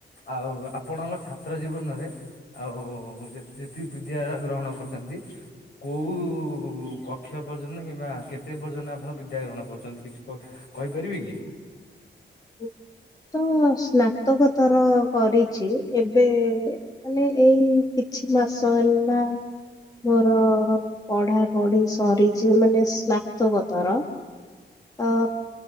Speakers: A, on the left (about 60°); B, on the left (about 20°).
A: ଆଉ ଆପଣଙ୍କ ଛାତ୍ର ଜୀବନରେ ଆଉ ଯେତିକି ବିଦ୍ୟା ଗ୍ରହଣ କରିଛନ୍ତି କୋଉ କକ୍ଷ ପର୍ଯ୍ୟନ୍ତ କିମ୍ବା କେତେ ପର୍ଯ୍ୟନ୍ତ ଆପଣ ବିଦ୍ୟା ଗ୍ରହଣ କରୁଛନ୍ତି? କିଛି କହିପାରିବେ କି?
B: ହୁଁ ତ ସ୍ନାତକ ତର କରିଛି ଏବେ ମାନେ ଏଇ କିଛି ମାସ ହେଲା ମୋର ପଢା ପଢି ସରି ଯେଉଁ ମାନେ ସ୍ନାତକତର ତ